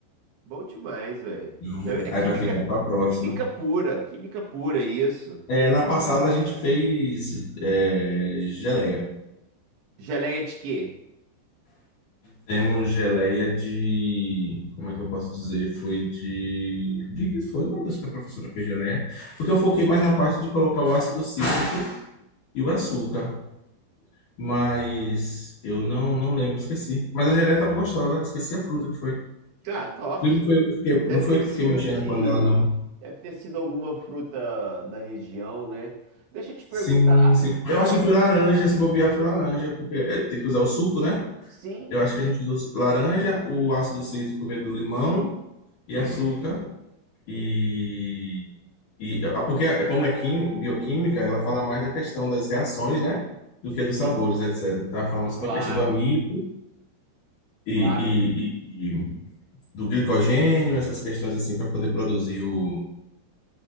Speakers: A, on the right (about 70°); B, on the left (about 60°).
A: Bom demais, velho.
B: Hum,
A: Então, É
B: Aí
A: química,
B: vai ficar para a próxima.
A: química pura, química pura, isso.
B: É, na passada a gente fez é, geleia.
A: Geleia de quê?
B: Temos geleia de. Como é que eu posso dizer? Foi de. De que foi, meu Deus, que a professora fez geleia? Porque eu foquei mais na parte de colocar o ácido cítrico e o açúcar. Mas eu não, não lembro, esqueci. Mas a geleia estava gostosa, esqueci a fruta que foi.
A: Ah, top.
B: Fui- não foi eu que fiquei,
A: Deve
B: não foi
A: ter
B: eu que
A: sido
B: fiquei mexendo
A: de.
B: na panela, não.
A: Deve ter sido alguma fruta da região, né? Deixa eu te perguntar.
B: Sim, sim. Eu acho que foi laranja, se bobear foi laranja, porque é, tem que usar o suco, né?
A: Sim,
B: Eu acho que a gente usou laranja, o ácido cítrico veio do limão e açúcar. E, e ah, porque é, como é quim- bioquímica, ela fala mais da questão das reações, né? Do que dos sabores,
A: sim,
B: etc. Estava falando sobre
A: claro,
B: a questão do amido e,
A: claro.
B: e- e- e do glicogênio, essas questões assim, para poder produzir o,